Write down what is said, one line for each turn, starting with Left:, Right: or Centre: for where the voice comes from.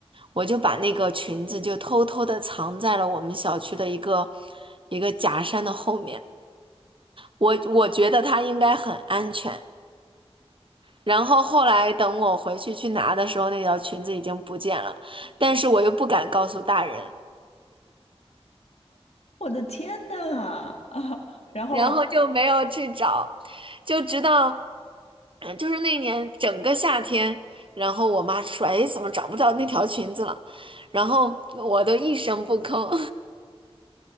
Right: 我就把那个裙子就偷偷的藏在了我们小区的一个一个假山的后面，我我觉得它应该很安全。然后后来等我回去去拿的时候，那条裙子已经不见了，但是我又不敢告诉大人，
Left: 我的天呐，<laughs> 啊，然后，
Right: 然后就没有去找，就直到，嗯，就是那年整个夏天，然后我妈说：“哎，怎么找不到那条裙子了？”然后我都一声不吭，